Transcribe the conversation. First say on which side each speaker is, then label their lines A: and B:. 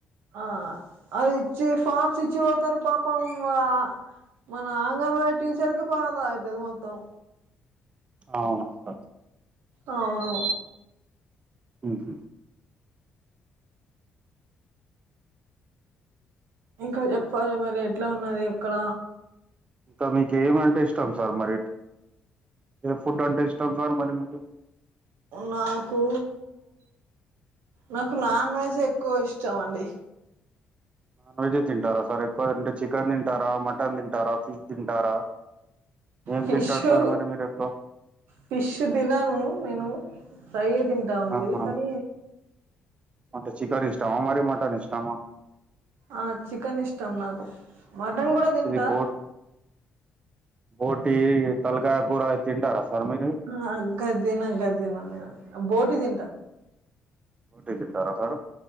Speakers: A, on the right; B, on the right.
A: ఆ అది ఇచ్చి ఫార్మ్స్ ఇచ్చి పోతారు పాపం వా మన ఆంగన్వాడీ టీచర్ కి బాధ అయితాది మొత్తం
B: అవునా సార్
A: అవును
B: ఊహు
A: ఇంకా చెప్పాలి మరి ఎట్లా ఉన్నది ఎక్కడ
B: ఇంకా మీకు ఏమింటే ఇష్టం సార్ మరి ఏ ఫుడ్ అంటే ఇష్టం సార్ మరి మీకు
A: నాకు నాకు నాన్ వెజ్ ఎక్కువ ఇష్టం అండి
B: నాన్ వెజ్ యే తింటారా సార్ ఎక్కువ అంటే చికెన్ తింటారా మటన్ తింటారా ఫిష్ తింటారా ఏం
A: పిష్షు
B: తింటారు సార్ మరి మీరు ఎక్కువ
A: పిష్ తినను నేను ఫ్రైయే తిన్ టా ఓన్లీ
B: ఆహా
A: కానీ
B: అంటే చికెన్ ఇష్టమా మరి మటన్ ఇష్టమా
A: ఆ చికెన్ ఇష్టం నాకు మటన్ కూడా తింటా
B: ఇది బోట్ బోటీ తలకాయ కూర ఇది తింటారా సార్ మీ
A: ఆ గది దిన గది దినను నేను బోటి దింటా
B: బోటి తింటారా సారు